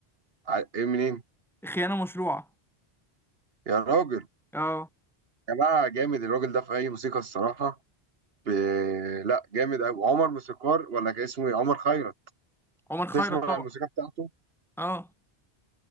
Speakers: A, on the right; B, in the centre.
A: ع- ايه منين
B: خيانة مشروعة
A: يا راجل
B: اه
A: يا جماعه جامد الراجل ده في اي موسيقى الصراحه ب... لا جامد قوي عمر موسيقار ولا كان اسمه ايه عمر خيرت
B: عمر خيرت
A: تسمع
B: طبعا
A: عن الموسيقى بتاعته
B: اه